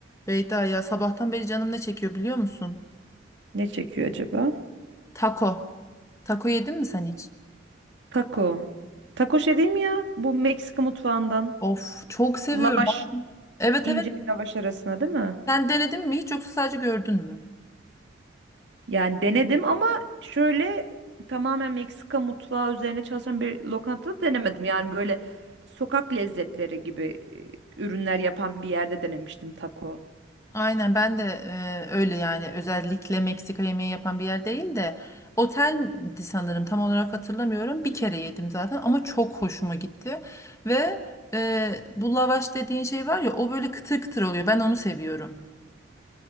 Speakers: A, on the left (about 15°); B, on the right (about 65°).
A: Beyda ya sabahtan beri canım ne çekiyor biliyor musun?
B: Ne çekiyor acaba?
A: Taco. Taco yedin mi sen hiç?
B: Taco. Taco şey değil mi ya? Bu Meksika mutfağından.
A: Of çok seviyorum.
B: Lavaş,
A: Evet
B: ince
A: evet.
B: bir lavaş arasına değil mi?
A: Sen denedin mi hiç yoksa sadece gördün mü?
B: Yani denedim ama şöyle tamamen Meksika mutfağı üzerine çalışan bir lokantada denemedim. Yani böyle sokak lezzetleri gibi e, ürünler yapan bir yerde denemiştim taco.
A: Aynen ben de e, öyle yani özellikle Meksika yemeği yapan bir yer değil de oteldi sanırım tam olarak hatırlamıyorum. Bir kere yedim zaten ama çok hoşuma gitti. Ve e, bu lavaş dediğin şey var ya o böyle kıtır kıtır oluyor ben onu seviyorum.